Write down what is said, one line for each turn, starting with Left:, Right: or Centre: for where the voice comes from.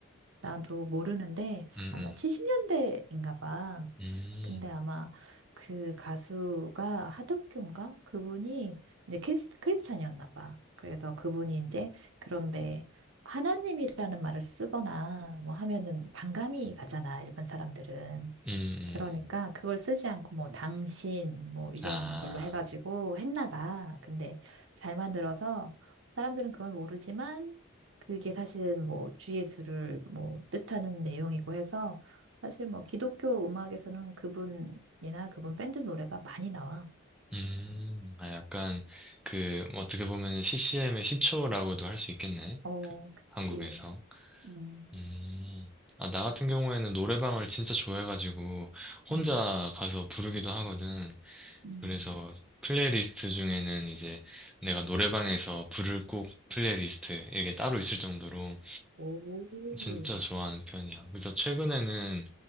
Right: 나도 모르는데
Centre: 음,
Right: 아마
Centre: 음,
Right: 70년대인가 봐.
Centre: 음,
Right: 근데 아마 그 가수가 하덕규인가? 그분이 이제 크리스, 크리스찬이었나 봐. 그래서 그분이 이제 그런데 하나님이라는 말을 쓰거나 뭐 하면은 반감이 가잖아, 일반 사람들은.
Centre: 음, 음.
Right: 그러니까
Centre: 음.
Right: 그걸 쓰지 않고 뭐 당신 뭐 이런
Centre: 아,
Right: 걸로 해가지고 했나 봐. 근데 잘 만들어서 사람들은 그걸 모르지만 그게 사실은 뭐 주예수를 뭐 뜻하는 내용이고 해서 사실 뭐 기독교 음악에서는 그분이나 그분 밴드 노래가 많이 나와.
Centre: 음, 아 약간 그뭐 어떻게 보면 CCM의 시초라고도 할 수 있겠네.
Right: 어, 그치.
Centre: 한국에서.
Right: 음.
Centre: 음. 아, 나 같은 경우에는 노래방을 진짜 좋아해가지고 혼자
Right: 음,
Centre: 가서 부르기도 하거든.
Right: 음.
Centre: 그래서 플레이리스트 중에는 이제 내가 노래방에서 부를 곡 플레이리스트 이게 따로 있을 정도로
Right: 오.
Centre: 진짜 좋아하는 편이야. 그래서 최근에는